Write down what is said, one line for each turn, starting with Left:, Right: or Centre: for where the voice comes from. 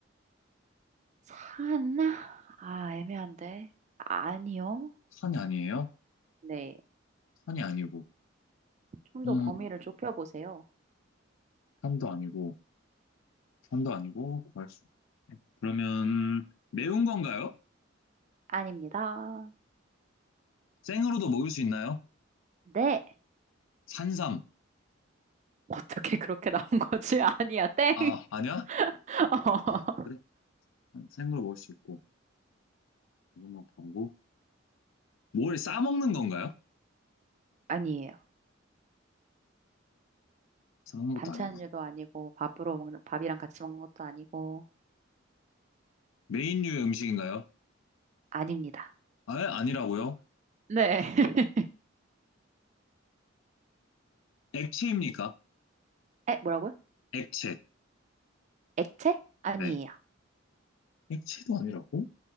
Right: 사나? 아, 애매한데. 아니요.
Left: 산이 아니에요?
Right: 네.
Left: 산이 아니고,
Right: 좀
Left: 음,
Right: 더 범위를 좁혀보세요.
Left: 산도 아니고, 산도 아니고 구할 수. 그러면 매운 건가요?
Right: 아닙니다.
Left: 생으로도 먹을 수 있나요?
Right: 네.
Left: 산삼.
Right: 어떻게 그렇게 나온 거지? <laughs> 아니야, 땡.
Left: 아, 아니야?
Right: <laughs> 어.
Left: 예, 그래. 생으로 먹을 수 있고, 이것만 보고. 뭘 싸먹는 건가요?
Right: 아니에요.
Left: 싸먹는 것도
Right: 반찬류도
Left: 아니고.
Right: 아니고 밥으로 먹는 밥이랑 같이 먹는 것도 아니고
Left: 메인류의 음식인가요?
Right: 아닙니다.
Left: 아, 아니라고요?
Right: 네. <laughs>
Left: 액체입니까?
Right: 에, 뭐라고요?
Left: 액체.
Right: 액체? 아니에요.
Left: 네. 액체도 아니라고?